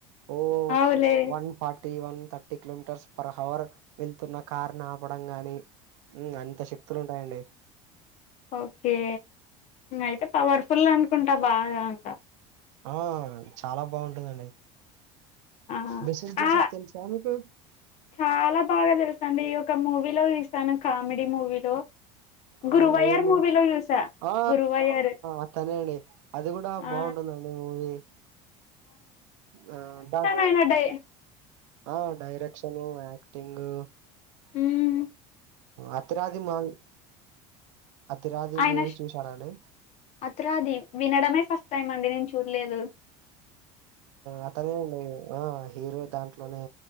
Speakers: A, on the right; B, on the left.
A: ఓ
B: అవులే
A: వన్ ఫార్ట్ టివన్ థర్టీ కిలోమీటర్స్ పర్ అవర్ వెళ్తున్న కార్ని ఆపడం గాని మ్ అంత శక్తులు ఉంటాయండి
B: ఓకే అయితే పవర్ఫుల్ అనుకుంటా బాగా ఇంకా
A: ఆ చాలా బావుంటుందండి
B: ఆ
A: మేసేజేసావ్
B: ఆ
A: తెలుసా మీకు
B: చాలా బాగా తెలుసండి ఒక మూవీలో చుశాను కామెడీ మూవీలో గురువయ్యర్
A: ఆ ఏమో
B: మూవీలో చూసా
A: ఆ
B: గురువయ్యర్
A: అతనే అండి అది గూడా
B: ఆ
A: బావుంటుందండి మూవీ ఆ ద
B: అయినాడయ్యి
A: ఆ డైరెక్షన్ యక్టింగు
B: ఉమ్
A: అత్రది మా అతిరాది
B: ఆయన
A: మూవీ చూసారాండి
B: అత్రది వినడమే ఫస్ట్ టైం అండి నేను చూడ్లేదు
A: అతనే ఉండ ఆ హీరో దాంట్లోనే